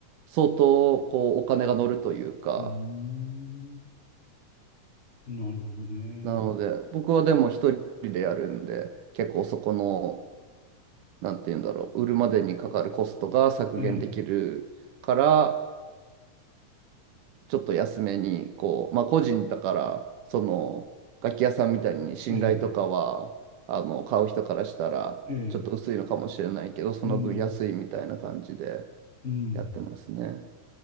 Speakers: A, on the right; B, on the left.
A: 相当こうお金が乗るというか、
B: うーん。なるほどね。
A: なので僕はでも一人でやるんで結構そこのなんて言うんだろう、売るまでにかかるコストが削減できるから、
B: ええ、
A: ちょっと安めに、こう、まあ個人だから、その、楽器屋さんみたいに信頼とかは、
B: え
A: あの、買う人からしたら、
B: え、ええ、
A: ちょっと薄いのかもしれないけど、その分安いみたいな感じで
B: うん、うん。
A: やってますね。